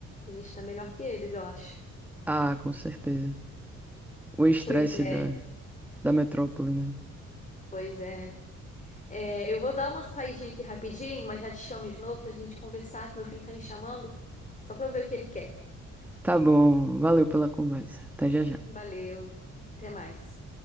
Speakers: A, on the left; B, in the centre.
A: A gente tá melhor que eles, eu acho.
B: Ah, com certeza. o estresse
A: Pois é,
B: da, da metrópole, né?
A: pois é. É, eu vou dar uma saidinha aqui rapidinho, mas já te chamo de novo pra gente conversar, que meu filho tá me chamando, só pra eu ver o que ele quer.
B: Tá bom, valeu pela conversa. Até já já.
A: Valeu, até mais.